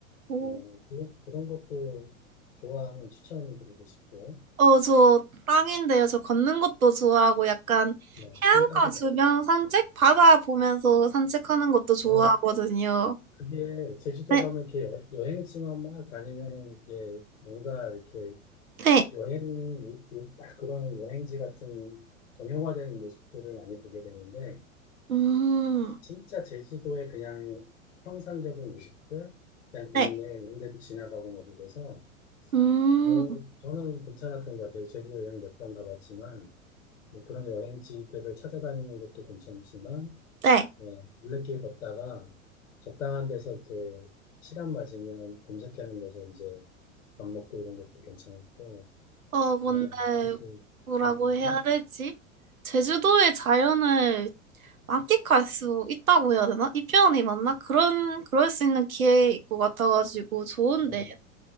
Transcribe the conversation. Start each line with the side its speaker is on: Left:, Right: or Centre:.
Right: 오.
Left: 어, 그런, 그런 것도 좋아하면 추천드리고 싶고,
Right: 어, 저 땅인데요. 저 걷는 것도 좋아하고 약간
Left: 예,
Right: 해안가
Left: 그건 딱이다.
Right: 주변 산책? 바다 보면서 산책하는 것도 좋아하거든요.
Left: 아, 그게 제주도
Right: 네,
Left: 가면 이렇게 여- 여행지만 막 다니면은 이게 뭔가 이렇게
Right: 네.
Left: 여행이 딱 그런 여행지 같은 정형화된 모습들을 많이 보게 되는데
Right: 음,
Left: 진짜 제주도의 그냥 평상적인 모습들 그냥 동네
Right: 네.
Left: 이런 데도 지나가고 뭐 그래서
Right: 음,
Left: 뭐 저는 괜찮았던 것 같아요. 제주도 여행 몇 번 가봤지만 뭐 그런 여행지들을 찾아다니는 것도 괜찮지만
Right: 네.
Left: 어, 물레길 걷다가 적당한 데서 이렇게 시간 맞으면 검색하는 데서 이제 밥 먹고 이런 것도 괜찮았고
Right: 어, 근데
Left: 어, 그것도
Right: 뭐라고
Left: 괜찮고
Right: 해야 되지? 제주도의 자연을 만끽할 수 있다고 해야 되나? 이 표현이 맞나? 그런, 그럴 수 있는 기회 있고 같아가지고 좋은데요?
Left: 어,